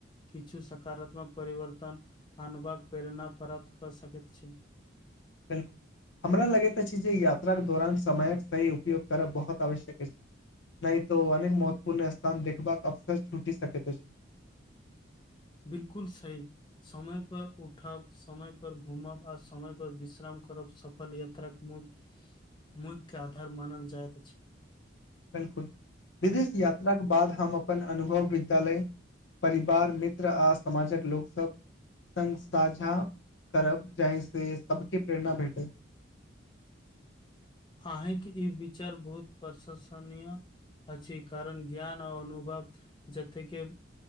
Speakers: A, on the left (about 25°); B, on the left (about 70°).
A: किछु सकारात्मक परिवर्तन आनबाक प्रेरणा प्राप्त कऽ सकैत छै
B: बिल हमरा लगैत अछि जे यात्राक दौरान समयक सही उपयोग करब बहुत आवश्यक अछि नहि त अनेक महत्वपूर्ण स्थान देखबाक अफसर छूटी सकैत अइछ
A: बिलकुल सही समय पर उठा समय पर घुमब आ समय पर विश्राम करब सफल यात्रा मु मुद के आधार मानल जायइत अछि
B: बिलकुल विदेश यात्राक के बाद हम अपन अनुभव विद्यालय परिवार मित्र आ समाजक लोक सब संग साझा करब जाहि से सबके प्रेरणा भेटे
A: अहे के ई विचार बहुत प्रशंसनीय अछी कारण ज्ञान आ अनुभव जथ्थेके